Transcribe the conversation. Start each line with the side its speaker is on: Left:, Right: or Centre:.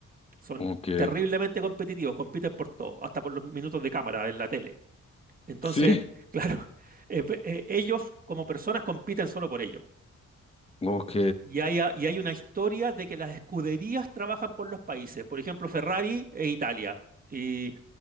Right: Son
Left: Ok,
Right: terriblemente competitivos, compiten por todo, hasta por los minutos de cámara en la tele. Entonces,
Left: sí,
Right: claro, <laughs> eh, ve- eh, ellos como personas compiten solo por ello.
Left: ok,
Right: Y hay, a- y hay una historia de que las escuderías trabajan por los países, por ejemplo, Ferrari e Italia. Y